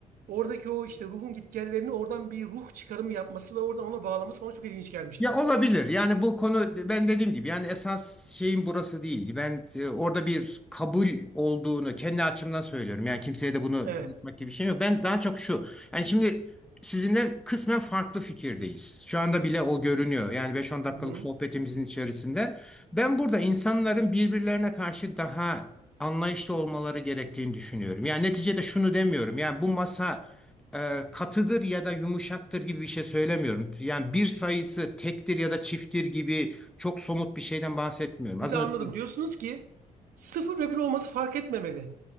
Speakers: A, on the right; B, in the centre.
A: oradaki o işte ruhun gitgellerini oradan bir ruh çıkarımı yapması ve oradan ona bağlaması bana çok ilginç gelmişti.
B: Ya olabilir. Yani bu konu ben dediğim gibi yani esas şeyin burası değil. Ben e, orada bir kabul olduğunu kendi açımdan söylüyorum. Yani kimseye de bunu anlatmak
A: Evet.
B: gibi bir şey yok. Ben daha çok şu. Yani şimdi sizinle kısmen farklı fikirdeyiz. Şu anda bile o görünüyor. Yani beş on dakikalık
A: Hı-hı.
B: sohbetimizin içerisinde. Ben burada insanların birbirlerine karşı daha anlayışlı olmaları gerektiğini düşünüyorum. Yani neticede şunu demiyorum. Yani bu masa e, katıdır ya da yumuşaktır gibi bir şey söylemiyorum. Yani bir sayısı tektir ya da çifttir gibi çok somut bir şeyden bahsetmiyorum.
A: Bizi
B: Az önce
A: anladım. Diyorsunuz ki sıfır ve bir olması fark etmemeli.